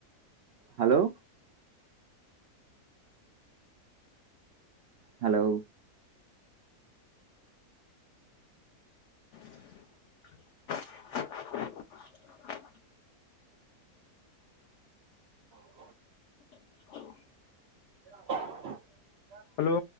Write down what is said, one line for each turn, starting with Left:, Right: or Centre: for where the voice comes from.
Right: ಹಲೋ ಹಲೋ
Left: ಹಮ್
Right: ಹ
Left: ಹ
Right: ಹೇಳ
Left: ಹಲೋ